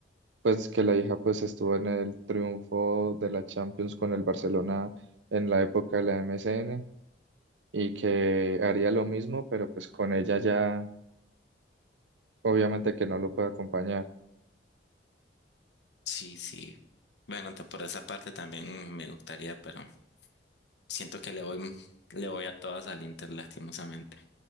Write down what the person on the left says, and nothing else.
Sí, sí. Bueno, ta- por esa parte también me gustaría, pero siento que le voy, le voy a todas al Inter, lastimosamente.